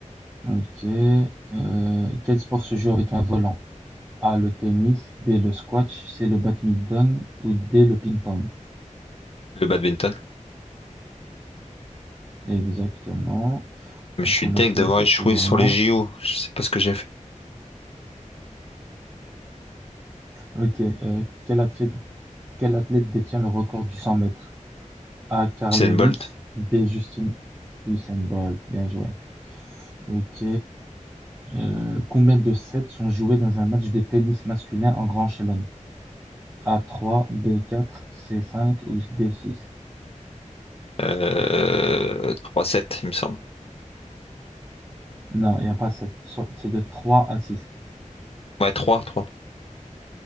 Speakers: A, on the right; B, on the left.
A: OK, heu, quel sport se joue avec un volant? A le tennis, B le squash, C le badminton ou D le ping-pong?
B: Le badminton.
A: Exactement.
B: Mais
A: Du
B: je suis
A: coup, on n'a
B: deg
A: qu'une
B: d'avoir
A: faute
B: échoué
A: pour le moment.
B: sur les JO. Je sais pas ce que j'ai fait.
A: Ok. euh, quel athlète, quel athlète détient le record du 100 mètres? A. Carl
B: Usain
A: Lewis.
B: Bolt.
A: B. Justin Usain Bolt. Bien joué. Ok. euh, combien de sets sont joués dans un match de tennis masculin en Grand Chelem? A. 3. B. 4. C. 5 ou D. 6?
B: Euh, 3-7, il me semble.
A: Non, il n'y a pas 7. C'est de 3 à 6.
B: Ouais, trois trois